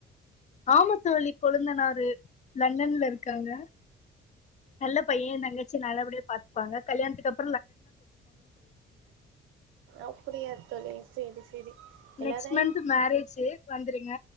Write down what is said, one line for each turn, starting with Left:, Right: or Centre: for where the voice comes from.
Left: ஆமா தோழி கொழுந்தநாறு லண்டன்ல இருக்காங்க நல்ல பையேன் தங்கச்சி நல்லபடியா பாத்தப்பாங்க கல்யாணத்துக்கு அப்
Right: அப்டியா தோழி சேரி சேரி எல்லாரையு
Left: நெக்ஸ்ட் மந்த் மேரேஜி வந்துருங்க